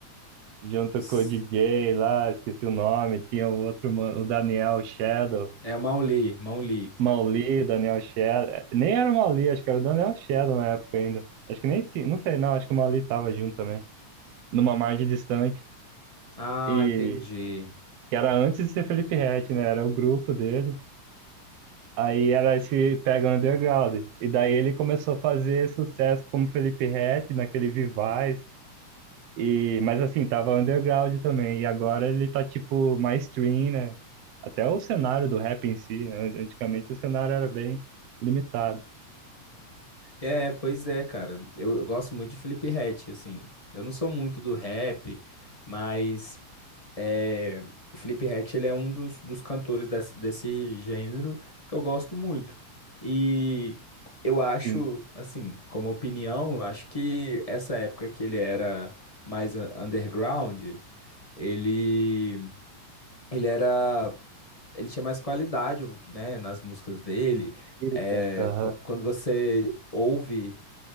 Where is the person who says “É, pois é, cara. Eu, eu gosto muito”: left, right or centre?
Left